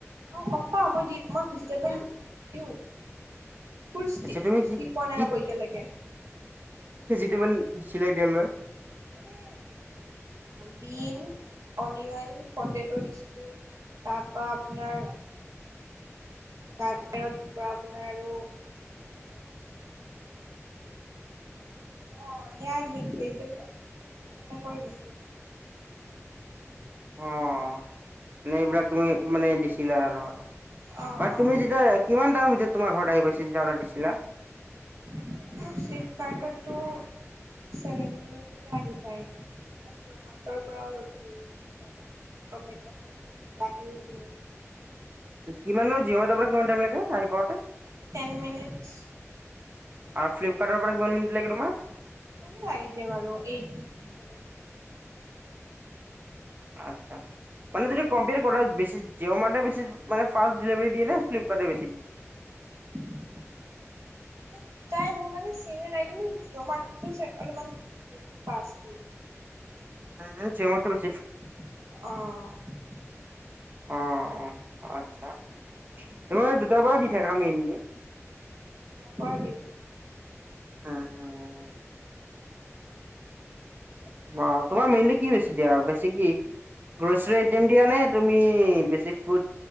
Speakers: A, on the right; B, on the right.
A: অ' গম পাওঁ মই দি মই ভেজিটেবল দি দিওঁ। ফ্ৰুইটচ
B: আচ্ছা
A: দি
B: তুমি কি
A: পোৱা নাই
B: কি
A: ৰব এতিয়ালৈকে।
B: <unintelligible>
A: মানে বিন, অনিয়ন, পতাটো দিছিলো। তাৰ পৰা আপোনাৰ গাজৰ আপোনাৰ আৰু, আৰু কি অ' সেয়াই স ভেজিটবল খিনি লৈছো।
B: অ' মানে এইবিলাক তুমি মানে দিছিলা আৰু?
A: অ',
B: মানে
A: অ',
B: তুমি যেতিয়া কিমান টাইম ভিতৰত তোমাৰ ঘৰত আহি পাইছে যেতিয়া অৰ্ডাৰ দিছিলা?
A: মোৰ ফ্লিপকাৰ্টতটো ছেভেন মিনিটতে আহি পায়। মই জীঅ'মাৰ্টৰ পৰাও দিওঁ কেতিয়াবা। ত মই ত হেনেকে বিলাহিও দিওঁ।
B: কিমান ল জিঅ'মাৰ্টৰ পৰা কিমান টাইম লাগে আহি পাওঁতে?
A: Ten minutes.
B: অ ফ্লিপকাৰ্টৰ পৰা কিমান মিনিট লাগে তোমাৰ?
A: সিমানে লাগে দিয়া বাৰু এইট, ছেভেন।
B: আচ্ছা। মানে যদি কম্পেয়াৰ কৰা বেছি জিঅ' মাৰ্ট বেছি ফাৰ্ষ্ট ডেলিভাৰী দিয়ে নে ফ্লিপকাৰ্টে বেছি দিয়ে?
A: <inaudible> এতিয়া দুটাই মোৰ কাৰণে চেমে কিন্তু জিঅ' মাৰ্টটো অলপমান বেছি ফাৰ্ষ্ট দিয়ে।
B: হা হা জিঅ'মাৰ্টটো বে
A: অঁহ।
B: অ অ আচ্ছা। তোমাৰ দুটাবাৰ দি থাকা মেইনলি।
A: নাপ দিওঁ।
B: উম উম।
A: কিছুমান
B: অ তোমাৰ
A: বস্তু
B: মেইনলি কি বেছি
A: জিঅ'
B: দিয়া
A: মাৰ্টত
B: বেছ কি। গ্ৰচাৰী
A: নহয়,
B: আইেম দিয়া নে তুমি বেছ ফ্ৰু